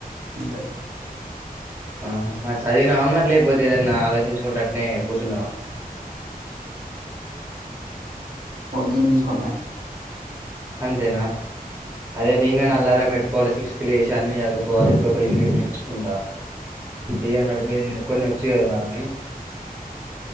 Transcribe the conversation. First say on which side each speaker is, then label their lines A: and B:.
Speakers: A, on the right (about 75°); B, on the right (about 15°).
A: అంతే
B: ఆహా మరి చదివినావ మరి లేకపోతే ఏదన్న ఆలోచించుకుంటట్నే కూర్చున్నావా?
A: పొద్దుని చూసుకోట్టమె
B: అంతేనా అదే నింగా
A: ఉమ్.
B: నా అల్లారం మెట్టుకోవాలి సిక్స్ లేసి అన్ని చదువుకోవాలి ఇప్పుడ ఒక యూనిట్ నేర్చుకుంటా ఇ అన్నడు మీద కొన్ని వచ్చియి కదా అని